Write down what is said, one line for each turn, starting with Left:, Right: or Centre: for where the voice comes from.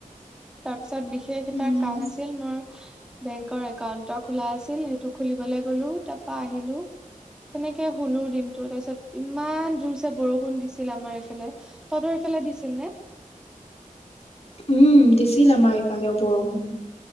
Centre: তাৰপিছত বিশেষ এটা
Left: উম
Centre: কাম আছিল মোৰ বেংকৰ একাউন্ট এটা খোলা আছিল সেইটো খুলিবলে গলো তাপা আহিলো। তেনেকে শুলো দিনটো তাৰপিছত ইমান জোৰছে বৰষুণ দিছিল আমাৰ এইফালে তদৰ সেইফালে দিছিল নে?
Left: উম দিছিল আমাৰ ইফালেও বৰষুণ